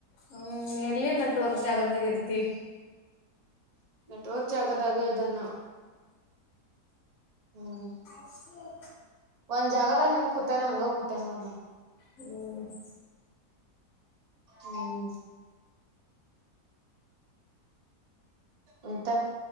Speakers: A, on the left (about 65°); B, on the right (about 70°).
A: ಹ್ಮ್ ಎಲ್ಲಿ ನೆಟ್ವರ್ಕ್ ಜಾಗದ್ದಾಗ ಇರ್ತಿ.
B: ನೆಟ್ವರ್ಕ್ ಆಗದಾಗ ಇದನ್ನ. ಹ್ಮ್.
A: ಹ.
B: ಒಂದ್ ಜಾಗದ ಹೆಂಗ ಕೂತೇನೆ ಹಂಗ ಕೂತೇ ನೋಡ್ಣ.
A: ಹ್ಮ್.
B: ಹ್ಮ್. ಉಂತ